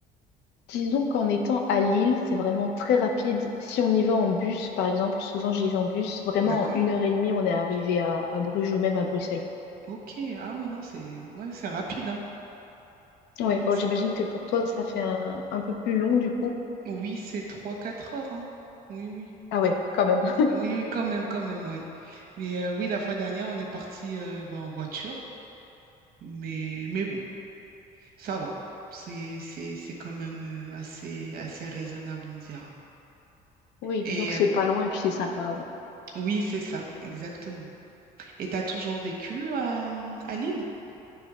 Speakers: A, on the left (about 90°); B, on the right (about 60°).
A: Disons qu'en étant à Lille, c'est vraiment très rapide. Si on y va en bus, par exemple, souvent j'y vais en bus, vraiment
B: D'accord?
A: en une heure et demie, on est arrivé à, à Bruges ou même à Bruxelles.
B: Ok. Ah oui, non, c'est ouais, c'est rapide, hein.
A: Oui,
B: Non, non,
A: bon,
B: c'est
A: j'imagine
B: top.
A: que pour toi, ça fait un, un peu plus long du coup.
B: Oui, c'est trois quatre heures, hein. Oui, oui.
A: Ah ouais, quand même. <laughs>
B: Oui, oui, quand même, quand même, oui. Mais euh, oui, la fois dernière, on est parti euh, ben, en voiture. Mais, mais bon. Ça va. C'est, c'est, c'est quand même euh, assez, assez raisonnable, on dira.
A: Oui,
B: Et
A: disons que c'est
B: euh,
A: pas loin et puis c'est sympa à voir.
B: oui, c'est ça, exactement. Et t'as toujours vécu à, hum, à Lille?